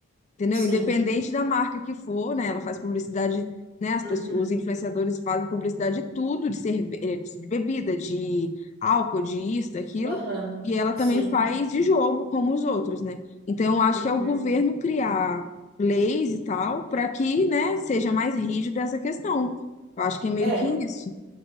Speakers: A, on the left; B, on the right.
A: entendeu?
B: Sim.
A: Independente da marca que for, né? Ela faz publicidade, né? As
B: Uhum.
A: pessoas, os influenciadores fazem publicidade de tudo, de cerveja, de bebida, de álcool, de isso, daquilo.
B: Aham.
A: E ela também
B: Sim.
A: faz de jogo, como os outros, né? Então, eu acho
B: Uhum.
A: que é o governo criar leis e tal, para que, né, seja mais rígido essa questão. Eu acho que é meio
B: É.
A: que isso.